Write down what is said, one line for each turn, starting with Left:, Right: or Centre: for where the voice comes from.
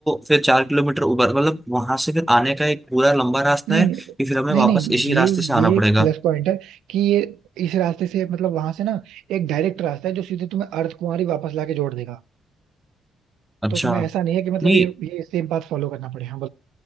Centre: फिर चार किलोमीटर ऊपर मतलब वहां से फिर आने का एक पूरा लंबा रास्ता
Right: नहीं
Centre: है
Right: नहीं
Centre: कि फिर हमें
Right: नहीं
Centre: वापस
Right: नहीं
Centre: इसी
Right: ये
Centre: रास्ते से आना पड़ेगा
Right: ये प्लस पॉइंट है कि ये इस रास्ते से मतलब वहां से ना एक डायरेक्ट रास्ता है जो सीधे तुम्हें अर्धकुंवारी वापस लाके जोड़ देगा
Centre: अच्छा
Right: तो तुम्हें ऐसा नहीं है कि मतलब
Centre: नहीं
Right: ये ये सेम पाथ फॉलो करना पड़े हाँ